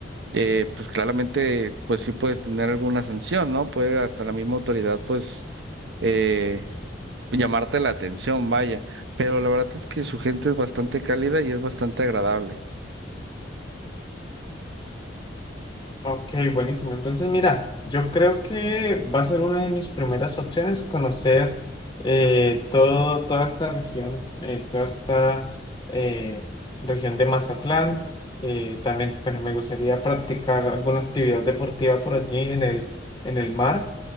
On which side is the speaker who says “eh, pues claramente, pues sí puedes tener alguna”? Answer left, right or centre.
Right